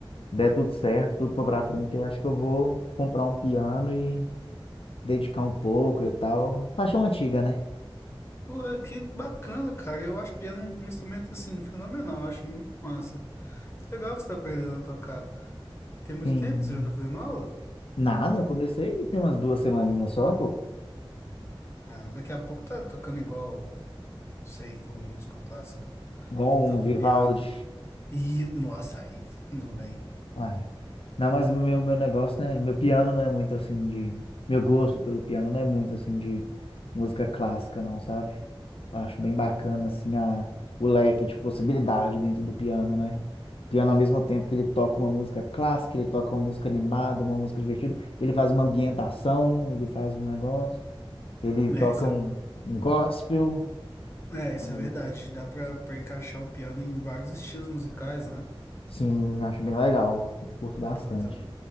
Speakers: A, on the left; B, on the left.
A: der tudo certo, tudo for pra frente, eu acho que eu vou comprar um piano e dedicar um pouco e tal. Paixão antiga, né?
B: Pô, que bacana, cara. Eu acho piano um um instrumento, assim, fenomenal. Eu acho muito massa. Que Legal que você tá aprendendo a tocar. Tem muito
A: Sim.
B: tempo que você já tá fazendo aula?
A: Nada, eu comecei tem umas duas semaninhas só, pô.
B: Ah, daqui a pouco tá tocando igual, não sei, com músico clássico,
A: Igual
B: que toca
A: um Vivaldi.
B: um piano. E no açaí, mandou bem.
A: Ai. Não, mas o meu, meu negócio, né? Meu piano não é muito assim de. Meu gosto pelo piano não é muito assim de música clássica, não, sabe? Eu acho bem bacana, assim, a, o leque de possibilidade dentro do piano, né? O piano, ao mesmo tempo que ele toca uma música clássica, ele toca uma música animada, uma música divertida, ele faz uma ambientação, ele faz um negócio, ele
B: É,
A: toca
B: isso
A: um, um gospel.
B: é, é, isso
A: Aí,
B: é verdade. Dá pra, pra encaixar o piano em vários estilos musicais, né?
A: Sim, acho bem legal. Curto bastante.
B: Puta,